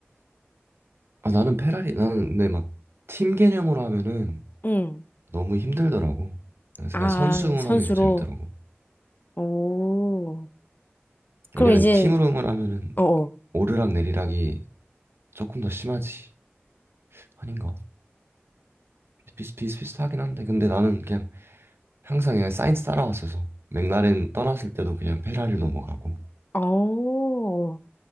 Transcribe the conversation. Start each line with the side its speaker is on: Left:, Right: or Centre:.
Right: 아 나는 페라리 나는 근데 막 팀 개념으로 하면은
Left: 응.
Right: 너무 힘들더라고. 그래서
Left: 아,
Right: 그냥 선수 응원하는
Left: 선수로.
Right: 게 더 재밌더라고.
Left: 오. 그럼
Right: 왜냐면
Left: 이제,
Right: 팀으로 응원하면은
Left: 어, 어.
Right: 오르락 내리락이 조금 더 심하지 아닌가? 비슷 비슷비슷하긴 한데 근데 나는 그냥 항상 그냥 사이언스 따라왔어서 맥라렌 떠났을 때도 그냥 페라리로 넘어가고
Left: 어.